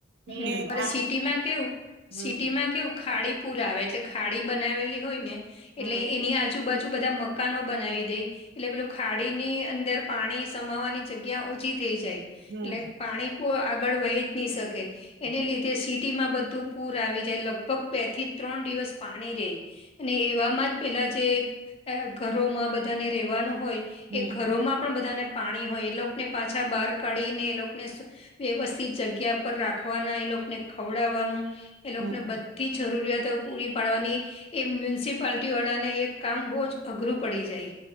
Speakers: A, on the right; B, on the left.
A: એ
B: હમ અને
A: આ
B: સિટીમાં કેવું
A: હમ
B: સિટીમાં કેવું ખાડી- - પૂર આવે એટલે ખાડી બનાલી હોય ને
A: હમ
B: એટલે એની આ- - આજુબાજુ બધા મકાનો બનાવી દઈ- - એટલે પેલું ખાડીની અંદર પાણી સમાવાની જગ્યા ઓછી થઈ જાય- - એટલે
A: હમ
B: પાણી બઉ આગળ વહી જ નહી શકે
A: હમ
B: એને લીધે- - તેસિટી માં બધું પૂર આવી જાય લગભગ બે થી ત્રણ દિવસ પાણી રહી. અને એવામાં જ પેલા જે ઘરોમાં બધાને રહેેવાનું હોય
A: હમ
B: એ ઘરોમાં- - પણ બધાને પાણી હોય એ લોકોને પાછા બહાર કાઢીને એ લોકોને સુ- - વ્યવસ્થિત જગ્યા પર રાખવાના એ લોકને ખવડાવવાનું એ લોકોને
A: હમ
B: બ- - થી જરૂરિયાતો પૂરી પાડવાની- - એ મ્યુનિસિપાલટી વાળા ને એક કામ બહુ જ અઘરું પડી જાય.